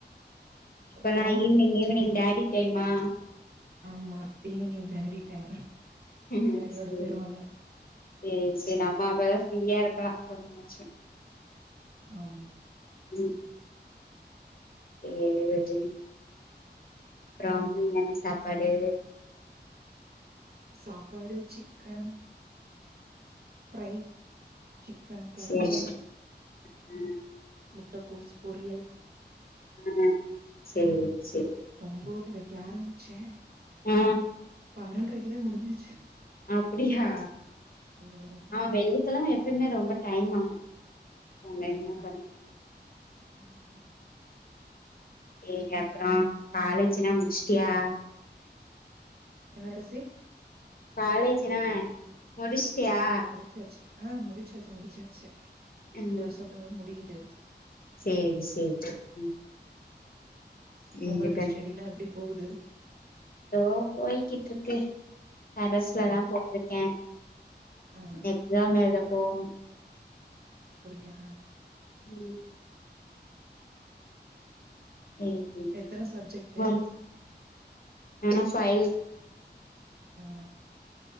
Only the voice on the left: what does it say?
இப்ப
நா ஈவினிங்
ஈவினிங் டாடி டைமா
ம்
சேரி
சேரி சேர் நம்ம அப்பதா ஃப்ரீயா இருக்கலா கொஞ்சமாச்சு
ம் சேரி ரோகிணி அப்றோ அங்க என்ன சாப்பாடு
சேரி ஆ
ஆ சேரி சேரி
ஆ
அப்டியா
ஆ வெள்ளிக்கெழம எப்பயுமே ரொம்ப டைம் ஆகு நம்ம
என்ன
பண்
சேரி அப்புறோ காலேஜுனா முடிச்சிடியா
காலேஜ்ன முடிச்சிட்யா
ம்
சேரி சேரி ம் சேரி
ஓ போய்கிட்டுருக்கு கரஸ்ல
தா போட்ருக்கே
எக்ஸாம் எழுத போணு
ம் ம் ம்
நா ஆனா ஃபைவ்